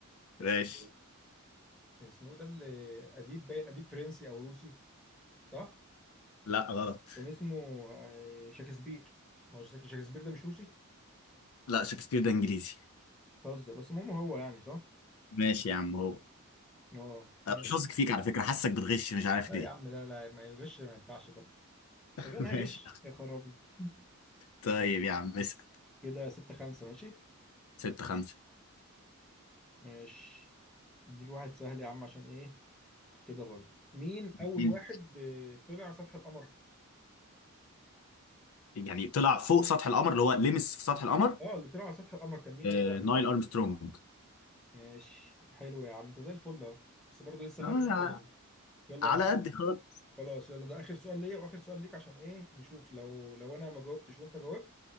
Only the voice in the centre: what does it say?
إيه إيه، اسمه ده اللي اديب باين اديب فرنسي او روسي صح؟
كان اسمه آه، شكسبير ما هو شك- شكسبير ده مش روسي؟
بتهزر بس المهم هو يعني صح؟
اه ماشي
لا
يا عم لا لا ما يغش ما ينفعش برضه
غنى
غش يا خرابي <laughs>
كده ستة خمسة ماشي
ماشي اديك واحد سهل يا عم عشان ايه كده برضه مين اول
واحد آه، طلع على سطح القمر
اه اللي طلع على سطح القمر كان مين
اول واحد
ماشي حلو يا عم انت زي الفل اهو بس برضه لسه
فرق نقطة ليا يلا
انا كده
خلاص يلا ده اخر سؤال ليا واخر سؤال ليك عشان ايه نشوف لو لو انا ما جاوبتش وانت جاوبت